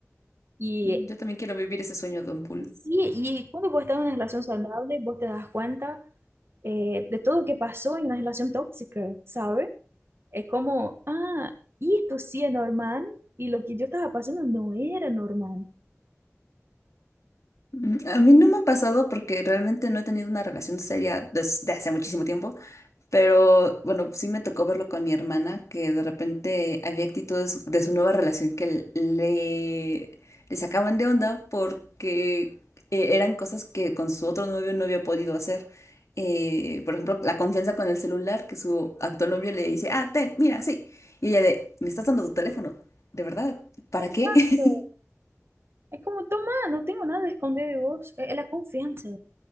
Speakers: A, on the right; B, on the left.
A: Y
B: Yo también quiero vivir ese sueño, Don Pool.
A: y sí, y cuando vos estás en una relación saludable, vos te das cuenta eh, de todo lo que pasó en una relación tóxica, ¿sabes? Es como, ah, y esto sí es normal y lo que yo estaba pasando no era normal.
B: Mm, A mí no me ha pasado porque realmente no he tenido una relación seria desde hace muchísimo tiempo, pero bueno, sí me tocó verlo con mi hermana, que de repente había actitudes de su nueva relación que le, le sacaban de onda porque eh, eran cosas que con su otro novio no había podido hacer. Eh, por ejemplo, la confianza con el celular, que su actual novio le dice, ah, ten, mira, sí. Y ella de, me estás dando tu teléfono, ¿de verdad? ¿Para
A: Exacto.
B: qué? <laughs>
A: Es como, toma, no tengo nada de esconder de vos. Es, es la confianza,